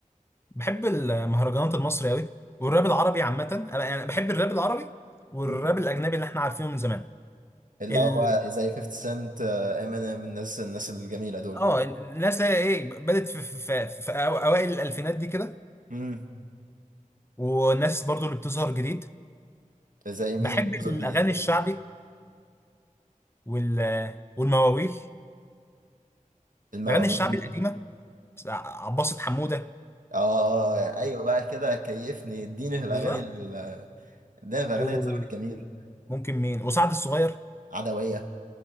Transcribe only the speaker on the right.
مم.
اللي
هو زي 50 سنت امينيم الناس الناس الجميلة دول
مم.
زي مين
اللي بتظهر
جديد
المواويل
اه ايوه بقى كده كيفني اديني في الاغاني
ال- اديني في اغاني
الزمن الجميل
عدوية